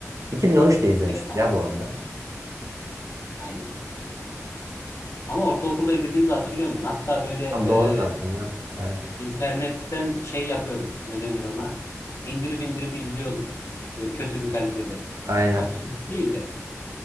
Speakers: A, on the right; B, on the left.
A: 2013'te izlemişiz
B: Evet ha-
A: ya bu arada.
B: aynen. Aynen. Ama ortaokulda izlediğimizi hatırlıyorum ben. Hatta böyle e,
A: Tam doğru zaten ya. Aynen.
B: internetten şey yapıyorduk. Ne denir ona? İndirip indirip izliyorduk. Böyle kötü bir kalitede.
A: Aynen.
B: Çok da kötü değil de.